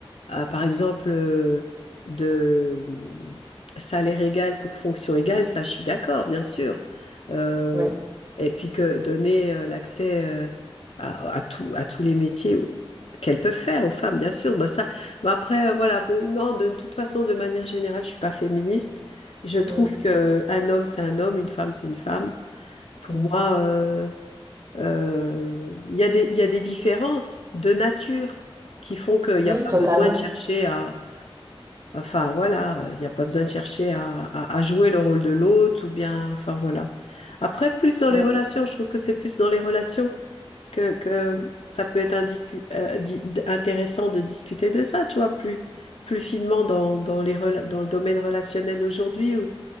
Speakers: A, on the left (about 90°); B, on the right (about 35°).
A: à, par exemple, euh, de euh, salaire égal pour fonction égale, ça, je suis d'accord, bien sûr. Euh,
B: oui.
A: et puis que donner euh, l'accès euh, à, à tout, à tous les métiers qu'elles peuvent faire aux femmes, bien sûr. Bah, ça, bah, après, euh, voilà, bon, non, de toute façon, de manière générale, je suis pas féministe. Je trouve
B: Mmh,
A: que un homme, c'est un homme, une femme, c'est une femme. Pour
B: mmh.
A: moi, euh, euh, Il y a des, il y a des différences de nature qui font qu'il n'y
B: Oui,
A: a pas
B: totalement.
A: besoin de chercher à, enfin voilà, il n'y a pas besoin de chercher à, à, à jouer le rôle de l'autre ou bien, enfin voilà. Après, plus dans
B: Oui,
A: les relations, je trouve que c'est plus dans les relations que, que ça peut être indiscu- euh, di- intéressant de discuter de ça, tu vois, plus, plus finement dans, dans les rela- dans le domaine relationnel aujourd'hui où